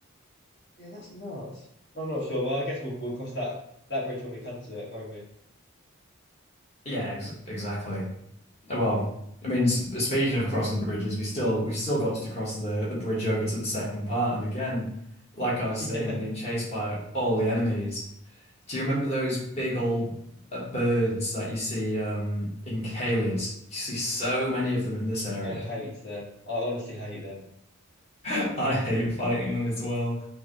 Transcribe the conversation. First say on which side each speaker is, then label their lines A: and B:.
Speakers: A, on the left (about 50°); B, on the left (about 30°).
A: Yeah, that's nuts. I'm not sure. Well, I guess we'll we'll cross that that bridge when we come to it, won't we?
B: yeah, ex exactly. Well, I mean, s- speaking of crossing bridges, we still we've still got to cross the the bridge over to the second part, and again, like I
A: <laughs>
B: was saying, being
A: Yeah,
B: chased by all the enemies. Do you remember those big old uh, birds that you see um, in Caelid? You see so many of them in this area.
A: I hate them. I honestly hate them.
B: <laughs> I hate fighting them as well.